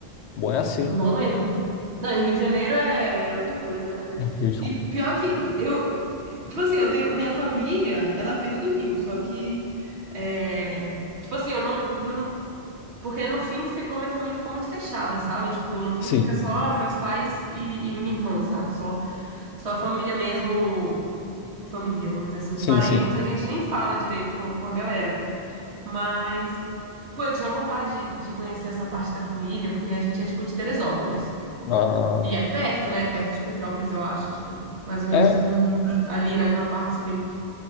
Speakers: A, on the left; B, on the right.
A: Bom, é assim.
B: Bom mesmo. Não, e Rio de Janeiro é outra coisa, né?
A: <laughs>
B: E pior que eu, Tipo assim, eu tenho, minha família, ela veio do Rio, só que, é, tipo assim, eu não, não- porque no fim ficou, minha família ficou muito fechada, sabe? Tipo, no fim
A: Sim.
B: fica só meus pais e, e minha irmã, sabe? Só, só a família mesmo, família, vamos dizer assim, os
A: Sim,
B: parentes,
A: sim.
B: a gente nem fala direito com, com a galera, mas... Pô, eu tinha vontade de conhecer essa parte da família, porque a gente é, tipo, de Teresópolis.
A: Ah,
B: E é perto, né? Perto de Petrópolis, eu acho. Tipo, mais ou menos
A: é.
B: tudo hum, ali naquela parte ali.